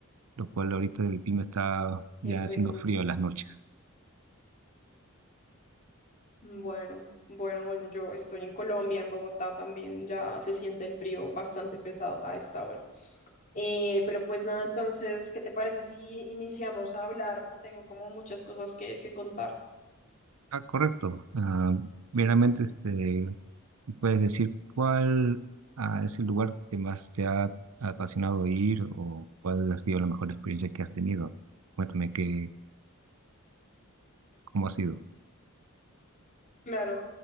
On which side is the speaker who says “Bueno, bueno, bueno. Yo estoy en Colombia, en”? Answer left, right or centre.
Left